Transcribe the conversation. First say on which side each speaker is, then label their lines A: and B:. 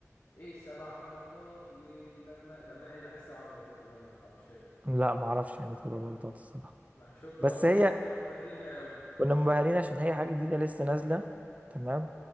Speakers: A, on the left; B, on the right.
A: ايه السبع بلاطات واللمه طب ما يعني ايه السبع بلاطات واللمه في الحرب مش فاهم
B: لا معرفش يعني تبقى غلطات الصراحة
A: ما شفت
B: بس
A: بقى بس
B: هي
A: احنا كنا منبهرين بقى قوي
B: كنا منبهرين عشان هي حاجة جديدة لسه نازلة تمام